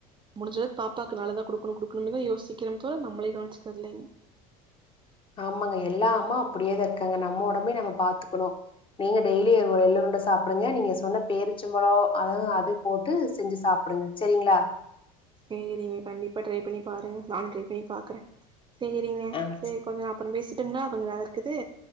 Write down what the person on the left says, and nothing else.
ஆமாங்க எல்லா அம்மா அப்டியேதாருக்காங்க நம்ம ஒடம்பயு நம்ம பாத்துக்கனு நீங்க டெய்லி ஒரு எள் உருண்ட சாப்டுங்க நீங்க சொன்ன பேரிச்சம்பழோ ஆ அது போட்டு செஞ்சு சாப்டுங்க செரிங்ளா
ஆ,
ச-